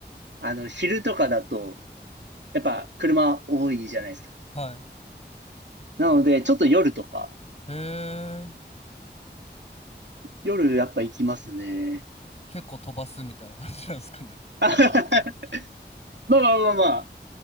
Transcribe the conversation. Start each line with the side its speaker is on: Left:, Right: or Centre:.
Right: あの、昼とかだと、やっぱ車多いじゃないですか。
Left: はい。
Right: なので、ちょっと夜とか、
Left: へえ。
Right: 夜やっぱ行きますね。
Left: 結構飛ばすみたいな感じなんですかね。<laughs> そうなると。
Right: <laughs> まあまあまあまあ、